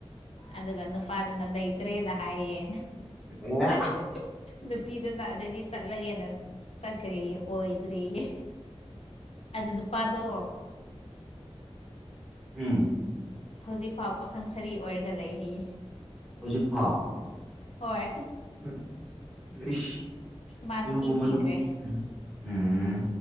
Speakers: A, on the left; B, in the centre.
A: ꯑꯗꯨꯒ ꯅꯨ ꯄꯥ ꯗꯨꯅ ꯂꯩꯇ꯭ꯔꯦ ꯅ ꯍꯥꯏꯌꯦꯌꯦ
B: <unintelligible>
A: ꯅꯨꯄꯤꯗꯨꯅ ꯑꯗꯩꯗꯤ ꯆꯠꯂꯒꯦꯅ ꯆꯠꯈ꯭ꯔꯦꯌꯦ ꯑꯣꯏꯗ꯭ꯔꯦꯌꯦ ꯑꯗꯨ ꯅꯨꯄꯥꯗꯣ
B: ꯎꯝ
A: ꯍꯧꯖꯤꯛꯐꯥꯎ ꯄꯥꯈꯪ ꯁꯔꯤ ꯑꯣꯏꯔꯒ ꯂꯩ ꯍꯥꯏꯌꯦ
B: ꯍꯧꯖꯤꯛ ꯐꯥꯎ
A: ꯍꯣꯏ
B: ꯍꯝ ꯏꯁ
A: ꯃꯥ
B: ꯗꯨꯒꯨꯝꯕ
A: ꯅꯨꯄꯤ ꯊꯤꯗ꯭ꯔꯦ
B: ꯅꯨꯞ ꯎꯝ